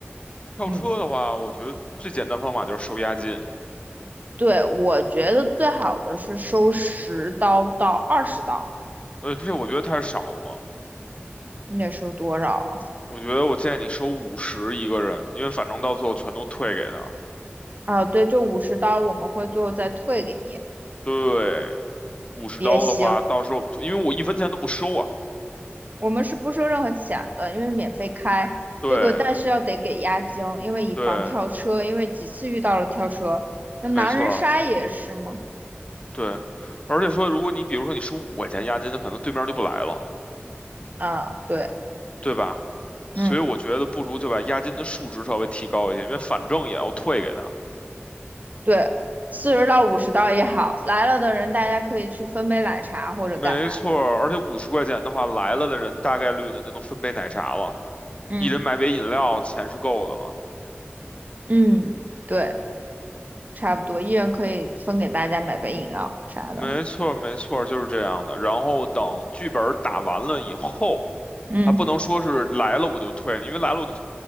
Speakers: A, on the left; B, on the right.
A: 跳车的话，
B: 嗯，
A: 我觉得最简单方法就是收押金，
B: 对，我觉得最好的是收十刀到二十刀，
A: 呃，这我觉得太少了，
B: 你得收多少啊？
A: 我觉得我建议你收五十一个人，因为反正到最后全都退给他。
B: 啊，对，就五十刀，我们会最后再退给你
A: 对，五十刀的话，
B: 也行。
A: 到时候我们退，因为我一分钱都不收啊。
B: 我们是不收任何钱的，因为是免费开这个，
A: 对
B: 但是要得给押金，因为以防跳车，
A: 对，
B: 因为几次遇到了跳车。那狼人杀也是吗？
A: 没错儿，对。而且说，如果你比如说你收五块钱押金，可能对面就不来了，
B: 啊，对，
A: 对吧？所以我觉得不如就把押金的数值稍微提高一点，
B: 嗯，
A: 因为反正也要退给他。
B: 对，四十到五十刀也好，来了的人大家可以去分杯奶茶或者干嘛的，
A: 没错儿，而且五十块钱的话，来了的人大概率呢就能分杯奶茶了，
B: 嗯
A: 一人买杯饮料，钱是够的了。
B: 嗯，对，差不多，一人可以分给大家买杯饮料啥的，
A: 没错儿，没错儿，就是这样的。然后等剧本儿打完了以后。
B: 嗯
A: 还不能说是来了我就退，因为来了我就